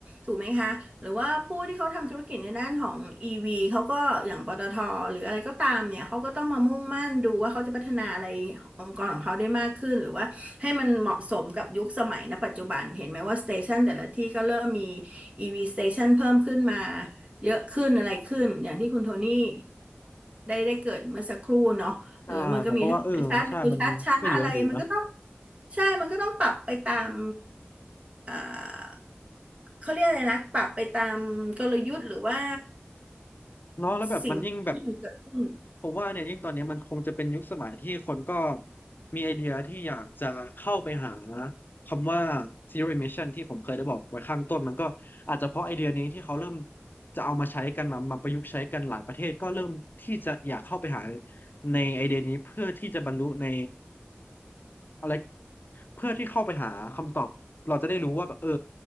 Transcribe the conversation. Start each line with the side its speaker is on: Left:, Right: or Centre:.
Right: ถูกไหมคะหรือว่าผู้ที่เขาทำธุรกิจในด้านของ EV เขาก็อย่างปตทหรืออะไรก็ตามเนี่ย เขาก็ต้องมามุ่งมั่นดูว่าเขาจะพัฒนาอะไรองค์กรของเขาได้มากขึ้น หรือว่าให้มันเหมาะสมกับยุคสมัยณปัจจุบันเห็นไหมว่าสเตชันแต่ละที่ก็เริ่มมี EV station เตชันเพิ่มขึ้นมาเยอะขึ้นอะไรขึ้น อย่างที่คุณโทนี่ ได้ได้เกิดเมื่อสักครู่เนาะเออมันก็มีทั้งชัดเร็วชัดช้าอะไร
Left: ใช่ผมก็ว่าเออใช่มันก็เยอะดีนะ
Right: มันก็ต้องใช่ มันก็ต้องปรับไปตาม เอ่อ เขาเรียกอะไรนะ ปรับไปตามกลยุทธ์หรือว่า
Left: เนาะแล้วแบบมันยิ่งแบบ
Right: สิ่งที่มันเกิดขึ้น
Left: ผมว่าเนี่ยยิ่งตอนเนี้ยมันคงจะเป็นยุคสมัยที่คนก็มีไอเดียที่อยากจะเข้าไปหานะคำว่า zero emission ที่ผมเคยได้บอกไว้ข้างต้นมันก็อาจจะเพราะไอเดียนี้ที่เขาเริ่มจะเอามาใช้กันมามาประยุกต์ใช้กันหลายประเทศก็เริ่มที่จะอยากเข้าไปหาในไอเดียนี้เพื่อที่จะบรรลุในอะไร เพื่อที่เข้าไปหาคำตอบเราจะได้รู้ว่าแบบเออ